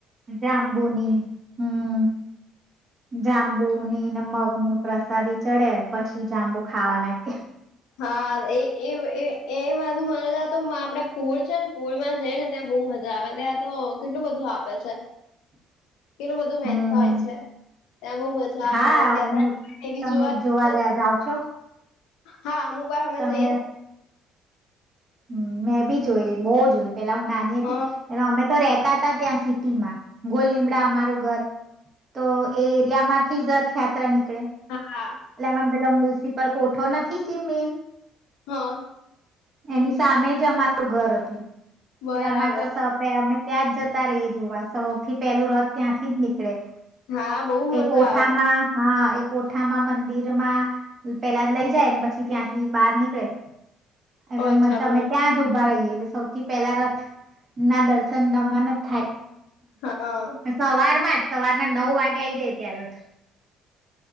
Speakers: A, on the right; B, on the left.
A: જાંબુની હમ
B: હમ
A: જાંબુની અને મગ ની પ્રસાદી ચડે પછી જાંબુ ખાવા નાખે
B: હા એ એવ એ એવ એધું મારા તો આપડે પુર છે ને પુરમાં જઈ ને ત્યાં બહુ મજા આવે ત્યાં તો કેટલું બધું આપે છે
A: <inaudible>
B: કેટલું બધું વહેચતા
A: હમ
B: હોય છે ત્યાં બહુ મજા
A: હા
B: આવે રથયાત્રાની
A: હું
B: ડીવી
A: તમે
B: જોવાની
A: જોવા
B: મજા
A: ગયા
B: આવે
A: જાવ છો
B: હા અમુક વાર અમે
A: તમે
B: જઈએ છ છે
A: હમ મેં ભી જોય રહી બહુ જોય પેલા હું નાની
B: હા
A: હતી એ અમે તો રેતા હતા ત્યાં સિટીમાં ગોલ લીમડા અમારુ ઘર તો એ એરિયા માંથી રથયાત્રા ની
B: હા
A: એટલે આમાં પેલો મલ્સિપલ કોઠો નથી જે મેન
B: હા
A: એની સામે જ અમારું ઘર હતું
B: બરાબર
A: એટલે અમારે તો સપે અમે ત્યાં જતા રહીએ જોવા સૌથી પહેલું રથ ત્યાંથી જ નીકળે
B: હા બહુ મજા
A: એક કોઠામાં
B: આવે
A: હા એક કોઠામાં મંદિર માં પેલા લઈ જાયને પછી ત્યાંથી બહાર નીકળે એના
B: અચ્છા
A: માટે અમે
B: બર
A: ત્યાં જ ઉભા રહીએટ સૌથી પહેલા રથ ના દર્શન દમન જ થાય
B: હાઆ
A: સવારમાં જ સવારના નવ વાગે આઈ જાય ત્યા રથ